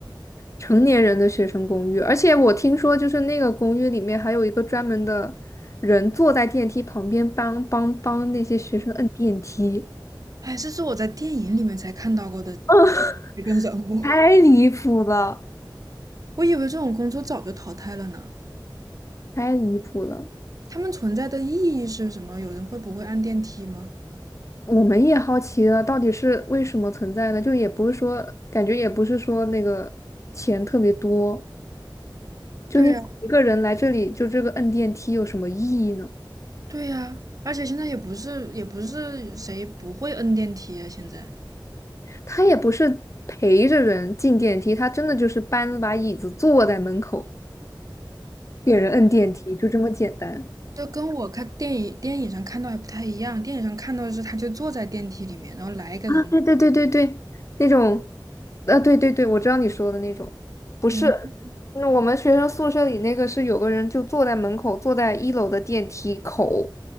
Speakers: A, on the left; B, on the right.
A: 成年人的学生公寓。而且我听说，就是那个公寓里面还有一个专门的人坐在电梯旁边帮帮帮那些学生摁电梯
B: 哎，这是我在电影里面才看到过的，
A: <laughs>，
B: 一个人物，
A: 太离谱了，
B: 我以为这种工作早就淘汰了呢。
A: 太离谱了。
B: 他们存在的意义是什么？有人会不会按电梯吗？
A: 我们也好奇了，到底是为什么存在呢？就也不是说，感觉也不是说那个钱特别多，就你一个人来这里，
B: 对呀，
A: 就这个摁电梯有什么意义呢？
B: 对呀，而且现在也不是也不是谁不会摁电梯啊，现在。
A: 他也不是陪着人进电梯，他真的就是搬了把椅子坐在门口给人摁电梯，就这么简单
B: 就跟我看电影电影上看到还不太一样，电影上看到的是他就坐在电梯里面，然后来一个人，
A: 啊！对对对对对，那种，啊对对对，我知道你说的那种，不是，
B: 嗯，
A: 那我们学生宿舍里那个是有个人就坐在门口，坐在一楼的电梯口